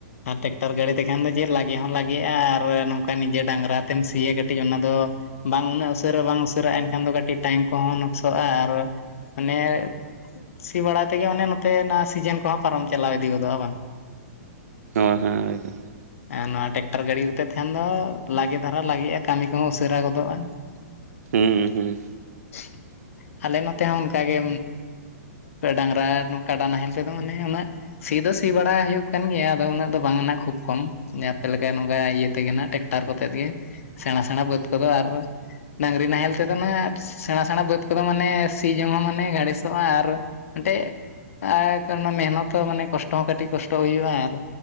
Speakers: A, on the left; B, on the right.
A: ᱦᱟᱱᱛᱮ ᱴᱟᱠᱴᱟᱨ ᱜᱟᱲᱤ ᱛᱮᱠᱷᱟᱱ ᱫᱚ ᱪᱮᱫ ᱞᱟᱜᱮ ᱦᱚᱸ ᱞᱟᱜᱮᱜ-ᱟ ᱟᱨ ᱱᱚᱝᱠᱟ ᱱᱤᱡᱮ ᱰᱟᱝᱨᱟ ᱛᱮᱢ ᱥᱤᱭᱟ ᱠᱟᱹᱴᱤᱡ ᱚᱱᱟ ᱫᱚ ᱵᱟᱝ ᱩᱱᱟᱹᱜ ᱩᱥᱟᱹᱨᱟ ᱵᱟᱝ ᱩᱥᱟᱹᱨᱟᱜ-ᱟ, ᱮᱱᱠᱷᱟᱱ ᱫᱚ ᱠᱟᱹᱴᱤᱡ ᱴᱟᱭᱤᱢ ᱠᱚᱦᱚᱸ ᱱᱚᱠᱥᱚᱜᱼᱟ, ᱟᱨ ᱢᱟᱱᱮ ᱥᱤ ᱵᱟᱲᱟᱭ ᱛᱮᱜᱮ ᱢᱚᱱᱮ ᱱᱚᱛᱮ ᱥᱤᱡᱮᱱ ᱠᱚᱦᱚᱸ ᱯᱟᱨᱚᱢ ᱪᱟᱞᱟᱣ ᱤᱫᱤ ᱜᱚᱫᱚᱜᱼᱟ ᱵᱟᱝ
B: ᱦᱮᱸ ᱦᱮᱸ ᱦᱩᱭ ᱠᱟᱱᱟ᱾
A: ᱮᱸ ᱱᱚᱣᱟ ᱴᱮᱠᱴᱟᱨ ᱜᱟᱲᱤ ᱠᱚᱛᱮᱜ ᱠᱷᱟᱱ ᱫᱚ ᱞᱟᱜᱮ ᱫᱷᱟᱨᱟ ᱞᱟᱜᱮᱜᱼᱟ ᱠᱟᱹᱢᱤ ᱠᱚᱦᱚᱸ ᱩᱥᱟᱹᱨᱟ ᱜᱚᱫᱚᱜᱼᱟ <unintelligible>
B: ᱦᱩᱸ ᱦᱩᱸ᱾
A: <inaudible> ᱟᱞᱮ ᱱᱚᱛᱮ ᱦᱚᱸ ᱚᱱᱠᱟ ᱜᱮ ᱰᱟᱝᱨᱟ ᱠᱟᱰᱟ ᱱᱟᱦᱮᱞ ᱛᱮᱫᱚ ᱢᱟᱱᱮ ᱩᱱᱟᱹᱜ ᱥᱤ ᱫᱚ ᱥᱤ ᱵᱟᱲᱟ ᱦᱩᱭᱩᱜ ᱠᱟᱱ ᱜᱮᱭᱟ, ᱟᱫᱚ ᱩᱱᱟᱹᱜ ᱫᱚ ᱵᱟᱝ ᱠᱷᱩᱵ ᱠᱚᱢ, ᱟᱯᱮ ᱞᱮᱠᱟ ᱱᱚᱝᱠᱟ ᱤᱭᱟᱹ ᱛᱮᱜᱮ ᱱᱟᱜ ᱴᱮᱠᱴᱟᱨ ᱠᱚᱛᱮ ᱜᱮ ᱥᱮᱬᱟ ᱥᱮᱬᱟ ᱵᱟᱹᱫᱽ ᱠᱚᱫᱚ ᱟᱨᱚ ᱰᱟᱹᱝᱨᱤ ᱱᱟᱦᱮᱞ ᱛᱮᱫᱚ ᱱᱟᱜ ᱥᱮ ᱥᱮᱬᱟ ᱥᱮᱬᱟ ᱵᱟᱹᱫᱽ ᱠᱚᱫᱚ ᱢᱟᱱᱮ ᱥᱤ ᱡᱚᱝ ᱦᱚᱸ ᱢᱟᱱᱮ ᱟᱲᱮᱥᱚᱜ-ᱟ ᱟᱨ ᱢᱮᱱᱴᱮᱪ ᱟ ᱢᱮᱦᱱᱚᱛ ᱦᱚᱸ ᱢᱟᱱᱮ ᱠᱚᱥᱴᱚ ᱦᱚᱸ ᱠᱟᱹᱴᱤᱡ ᱠᱚᱥᱴᱚ ᱦᱩᱭᱩᱜᱼᱟ᱾ᱟᱨ